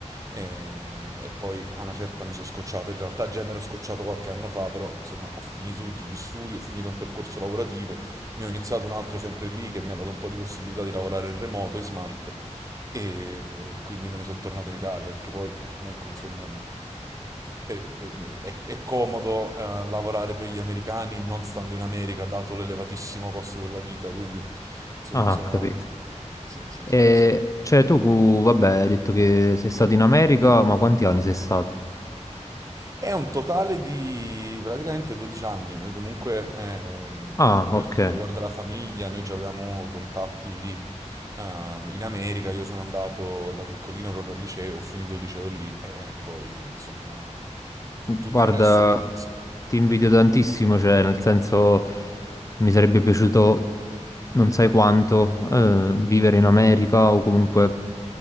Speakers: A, on the right; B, on the left.
A: eh, e poi a una certa mi sono scocciato, in realtà già mi ero scocciato qualche anno fa, però insomma ho finito tutti gli studi, ho finito un percorso lavorativo. Ne ho iniziato un altro sempre lì che mi ha dato un po' di possibilità di lavorare in remoto, in smart, e quindi me ne sono tornato in Italia perché poi comunque insomma per- per- è, è comodo eh, lavorare per gli americani non stando in America dato l'elevatissimo costo della vita, quindi insomma
B: Ah,
A: sono...
B: ho capito.
A: Sì, sì,
B: E,
A: sì, so.
B: cioè tu, vabbè, hai detto che sei stato in America, ma quanti anni sei stato?
A: È un totale di praticamente 12 anni. Noi comunque, eh,
B: Ah,
A: per
B: ok.
A: quanto riguarda la famiglia, noi già avevamo contatti lì, ehm, in America. Io sono andato da piccolino proprio al liceo, ho finito il liceo lì e poi, insomma, tu- tutto
B: Guarda,
A: il resto viene da sé.
B: ti invidio tantissimo, cioè, nel senso, mi sarebbe piaciuto non sai quanto eh, vivere in America o comunque